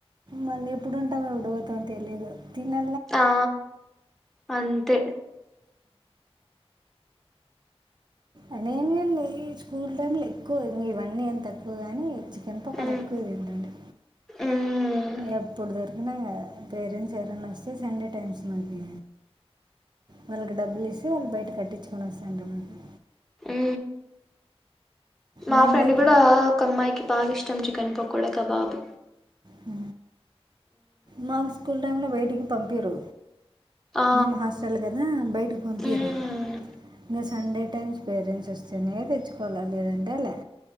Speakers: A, on the right (about 45°); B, in the centre.
A: మళ్లి ఎప్పుడుంటాం, ఎప్పుడు పోతాం తెలీదు తినా.
B: ఆ అంతే
A: ఆ నేను గాని లే, స్కూల్ టైమ్ లో ఎక్కువ ఇవన్నీ ఏం తక్కువ గాని. చికెన్ పకోడా
B: ఉమ్
A: ఎక్కువ తింటాటి
B: ఉమ్
A: ఎప్పుడ్ దొరికిన, ఇంగ పేరెంట్స్ ఎవరన్న వస్తే సండే టైమ్స్ మాకీ. వాళ్లకు డబ్బులు ఇస్తే వాళ్ళు బయట కట్టించుకుని వస్తాండ్రి మాకి.
B: ఊ మా
A: మేము
B: ఫ్రెండ్
A: బయట
B: గుడా ఒక అమ్మాయ్ కి. బాగ ఇష్టం చికన్ పకోడ, కబాబు
A: హు మాక్ స్కూల్ టైమ్ంలో బైటికి పంపీరు.
B: ఆ
A: మేం హాస్టల్ గదా బైటికి పంపిరు
B: మ్మ్
A: <unintelligible> సండే టైమ్స్ పేరెంట్స్ వస్తేనే తెచ్చుకోవాల లేదంటే లా.